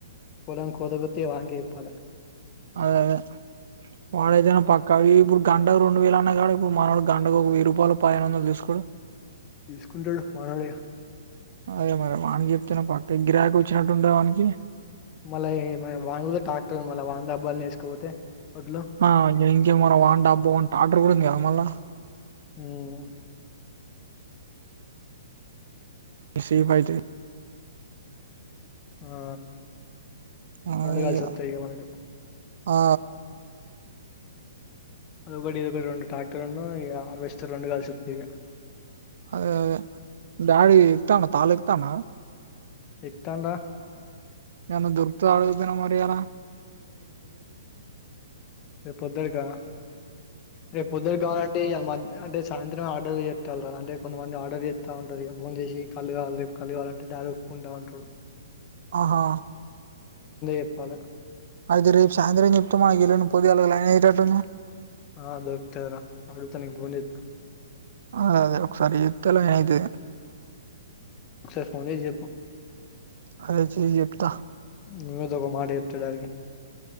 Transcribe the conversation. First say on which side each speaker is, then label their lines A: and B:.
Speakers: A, on the left; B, on the right.
A: పొలంకోతే గిత్త వానికే చెప్పాలి
B: అదే అదే వాడు అయితేనే పక్క కా ఇప్పుడు గంటకు రెండు వేలు అన్నా కాడ ఇప్పుడు మానకు గంటకు ఒక వెయ్యి రూపాయలు పదిహెన్ వందలు తీసుకోలు
A: తీసుకుంటాడు మాదావయా
B: అదే మరి వానీకి చెప్తేనే పక్క గిరాకి వచ్చినట్టుంటది వానికి
A: మళ వాన్ దగ్గరే టాక్టర్ ఉన్నది మల్ల వాణి డబ్బాల్ నే వేసుకపోతే వడ్లు
B: ఆ ఇంకే మనం వంటబ్బా వంట ట్రాక్టర్ కూడా ఉంది కదా మళ్ళా
A: హామ్
B: సేఫైతే
A: ఆ
B: ఆ
A: రెండు
B: ఇగ
A: కలిసి వస్తాయిగా మనకి
B: ఆ
A: అదొకటి ఇదొకటి రెండు ట్రాక్టర్లను అది బెస్ట్ రెండు కలిసి ఒస్తాయ్ ఇగ
B: అదేద డాడి ఇడుతండ తాలు ఇడుతండ
A: ఎంకల్ల
B: ఏమన్నా దొరుకుతాయా అడగక పోయినావ్ ఇయల
A: రే పొదురికా రేపు పొద్దురుకావాల అని అంటే సాయంత్రం ఆర్డర్ చేస్తాలరా అంటే కొంతమంది ఆర్ చేస్త ఉంటారు ఇక ఫోన్ చేసి కలుగాలి రేపు కలుగావలంటే డ అంట ఉంటారు
B: ఆహా
A: చెప్పాలే
B: అయితే రేపు సాయంత్రం చెప్త మగె <unintelligible> పోద్దు <unintelligible> రెనా
A: ఆ దొక్కుతయార అడుగుత నేన ఫోన్ చేస్తా
B: ఆ అదే ఒకసారి చేతరా అదే
A: ఒకసారి ఫోన్ చేసి చెప్పు
B: అదే చె చెప్త
A: నువ్వేదో <unintelligible>